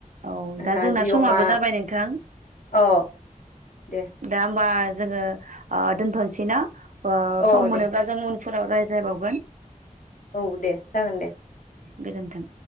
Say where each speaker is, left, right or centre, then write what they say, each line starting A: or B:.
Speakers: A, on the right (about 65°); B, on the left (about 70°).
A: औ दा
B: नारजि
A: जोंना समाबो
B: अमा
A: जाबाय नोंथां
B: औ दे
A: दा होमबा जोङो अ दोनथ'नोसैना ओ
B: औ
A: सम
B: दे
A: मोनोबा जों उन फोराव रायज्लायबावगोन
B: औ दे जागोन दे
A: गोजोन्थों